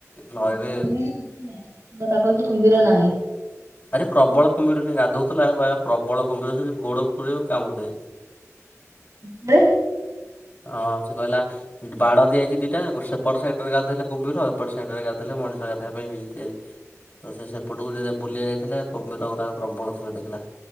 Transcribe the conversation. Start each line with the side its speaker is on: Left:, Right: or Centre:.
Left: ନଈରେ
Right: ଭିତରକନିକା ରେ କିଛି ନାଇ ଥଣ୍ଡା ପାଗ ହେଇଚି କୁମ୍ଭୀର ନାଇ।
Left: ଆରେ ପ୍ରବଳ କୁମ୍ଭୀର ସେ ଗାଧଉଥିଲା କହିଲା ପ୍ରବଳ କୁମ୍ଭୀର ଯଦି ଗୋଡ ପୁରେଇବୁ କାମୁଡି ଦେବେ।
Right: ସତରେ।
Left: ହଁ ସେ କହିଲା ବାଡ ଦିଆଯାଇଛି ଦିଟା ସେପଟ ସାଇଡ ରେ ଗାଧୋଇଲେ କୁମ୍ଭୀର ଏପଟ ସାଇଡ ରେ ଗାଧ ଇଲେ ମଣିଷ ଗାଧବା ପାଇଁ ହେଇ ଯାଇଛି ତ ସେ ସେପଟକୁ ଯେତେ ବୁଲିବାକୁ ଥିଲେ କୁମ୍ଭୀର ଗୁଡ଼ାକ ପ୍ରବଳ ଥିଲା ଦେଖିଲା।